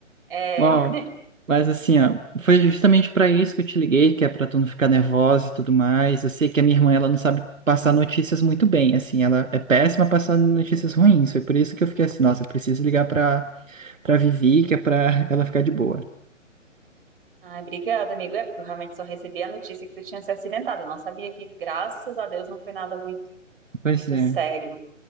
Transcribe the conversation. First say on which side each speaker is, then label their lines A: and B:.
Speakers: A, on the right; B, on the right.
A: É.
B: Ó, mas assim, ó, foi justamente pra isso que eu te liguei, que é pra tu não ficar nervosa e tudo mais. Eu sei que a minha irmã, ela não sabe passar notícias muito bem, assim, ela é péssima passando notícias ruins. Foi por isso que eu fiquei assim, nossa, eu preciso ligar pra, pra Vivi, que é pra ela ficar de boa.
A: Ai, obrigada, amigo. É porque eu realmente só recebi a notícia que tu tinha se acidentado. Eu não sabia que, graças a Deus, não foi nada muito,
B: Pois
A: muito
B: é,
A: sério.